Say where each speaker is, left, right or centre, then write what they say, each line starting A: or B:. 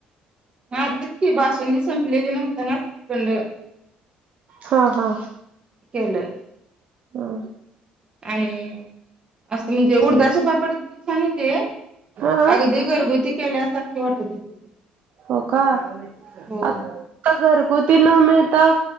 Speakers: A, on the right (about 30°); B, on the right (about 50°).
A: हा तेच की बाासुंदी संपलेली म्हणता ना श्रीखंड
B: हो हो
A: केलं
B: हो!
A: आणि असं म्हणजे उडदाचे पापड छान होते
B: हा
A: अगदी घरगुती केल्यासारखे वाटत होते. ते
B: हो का?
A: हो
B: आता घरगुती न मिळता